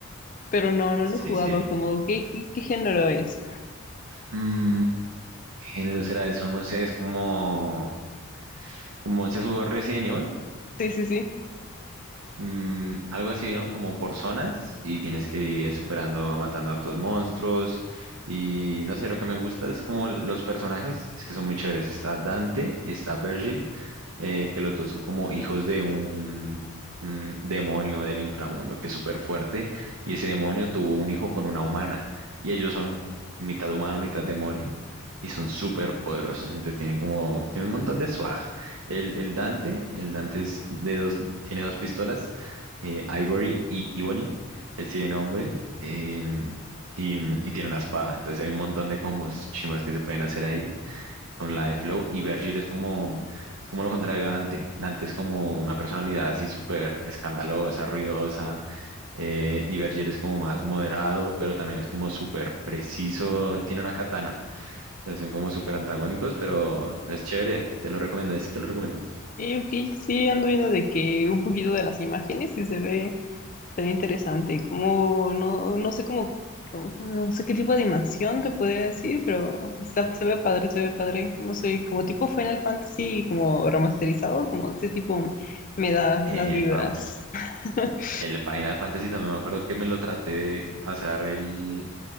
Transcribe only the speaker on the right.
Sí,
sí.
Mm, ¿qué género será eso? No sé, es como, como, ¿se has jugado Resident Evil?
mm, algo así, ¿no? Como por zonas y tienes que ir superando, matando hartos monstruos y no sé, lo que me gusta es como los personajes, es que son muy chéveres, está Dante y está Virgil eh, que los dos son como hijos de un, un demonio del inframundo que es súper fuerte, y ese demonio tuvo un hijo con una humana, y ellos son mitad humano, mitad demonio, y son súper poderosos, entonces tienen como, tienen un montón de swag. El, el Dante, el Dante es de dos, tiene dos pistolas, eh, Ivory y Ebony, él sí tiene nombre, em, y, y tiene una espada, entonces hay un montón de combos chimas que se pueden hacer ahí, con
la de Flow. Y Virgil es como, es como lo contrario a Dante. Dante es como una personalidad así súper escandalosa, ruidosa. eh, y Virgil es como más moderado, pero también es como súper preciso. Tiene una katana. Entonces son como súper antagónicos, pero es chévere. Te lo recomiendo. ese te lo recomiendo.
Eh,
pam.
el Final Fantasy también me acuerdo que me lo traté de pasar el.